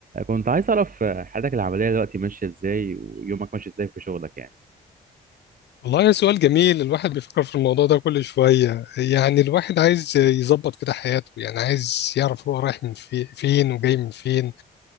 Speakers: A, on the right; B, on the left.
A: كنت عايز أعرف حياتك العملية دلوقتي ماشية إزاي ويومك ماشي إزاي في شغلك يعني
B: والله سؤال جميل الواحد بيفكر في الموضوع ده كل شوية يعني الواحد عايز يظبط كده حياته يعني عايز يعرف هو رايح من في فين وجاي من فين